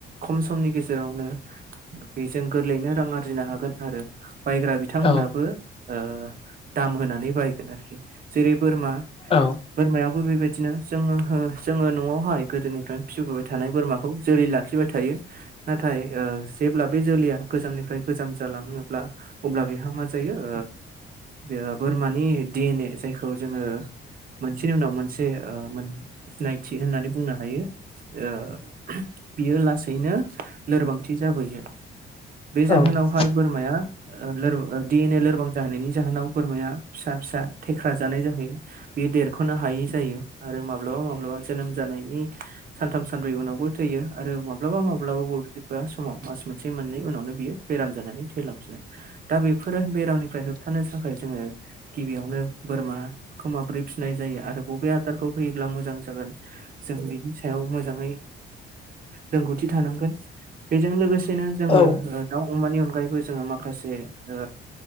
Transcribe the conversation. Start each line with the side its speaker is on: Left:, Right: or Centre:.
Right: खम समनि गेजेरावनो बेजों गोरलैयैनो रां आरजिनो हागोन आरो बायग्रा बि बिथांमोनहाबो
Left: औ
Right: ओ दाम होनानै बायगोन आरोखि। जेरै बोरमा
Left: औ
Right: बोरमायावबो बेबायदिनो जोङो हो जोङो न'आवहाय गोदोनिफ्रायनो फिबोबाय थानाय बोरमाखौ जोलै लाखिबाय थायो। नाथाय ओ जेब्ला बे जोलैया गोजामनिफ्राय गोजाम जालाङोब्ला अब्ला बेहा मा जायो ओ ओ बोरमानि डि एन ए जायखौ जोङो मोन मोनसेनि उनाव मोनसे ओ मोन सिनायथि होननानै बुंनो हायो। ओ बियो लासैनो लोरबांथि जाबोयो। बे जाहोनावहाय
Left: औ उम
Right: बोरमाया ओ लोर ओ डि एन ए लोर गोबां जाहैनि जाहोनाव बोरमाया फिसा फिसा थेख्रा जानाय जाहैयो। बे देरख'नो हायै जायो आरो माब्लाबा माब्लाबा जोनोम जानायनि सानथाम सानब्रै उनावबो थैयो आरो माब्लाबा माब्लाबााब बबेबा समाव मास मोनसे मोननै उनावनो बियो बेराम जानानै थैलांफिनो दा बेफोरो बेरामनिफ्राय होबथानो थाखाय जोङो गिबियावनो बोरमाखौ माबोरै फिनाय जायो आरो बबे आदारखौ होयोब्ला मोजां जागोन जों बेनि सायाव मोजाङै रोंगौथि थानांगोन बेजों लोगोसे सेनो जोङो
Left: औ
Right: ओ दाउ अमानि अनगायैबो जोङो माखासे ओ